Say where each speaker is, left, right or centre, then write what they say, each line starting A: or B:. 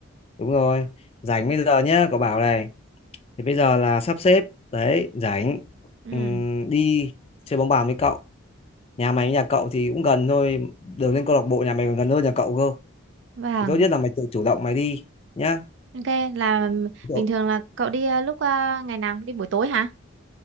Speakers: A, on the left; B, on the right.
A: đúng rồi rảnh bây giờ nhá cậu bảo này thì bây giờ là sắp xếp đấy rảnh
B: ừ
A: Ừm, đi chơi bóng bàn với cậu nhà mày với nhà cậu thì cũng gần thôi đường lên câu lạc bộ nhà mày còn gần hơn nhà cậu cơ
B: vâng
A: thì tốt nhất là mày tự chủ động mày đi nhá
B: ok là
A: cậu
B: bình thường là cậu đi ờ, lúc ờ, ngày nào đi buổi tối hả